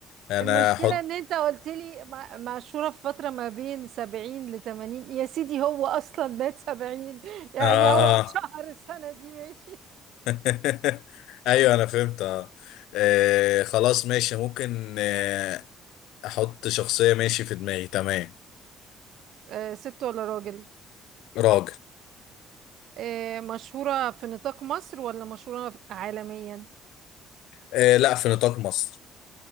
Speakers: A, on the left; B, on the right.
A: انا
B: المشكلة
A: هحط
B: ان انت قلت لي مع- معشورة في فترة ما بين سبعين لتمانين يا سيدي هو اصلا مات سبعين <laughs> يعني
A: اه
B: هو
A: اه
B: شهر السنة دي ماشي
A: <laughs> ايوه انا فهمت اه آه، خلاص ماشي ممكن آه، احط شخصية ماشي في دماغي تمام
B: آه ست ولا راجل
A: راجل
B: آه مشهورة في نطاق مصر ولا مشهورة ف- عالميا
A: آه لا في نطاق مصر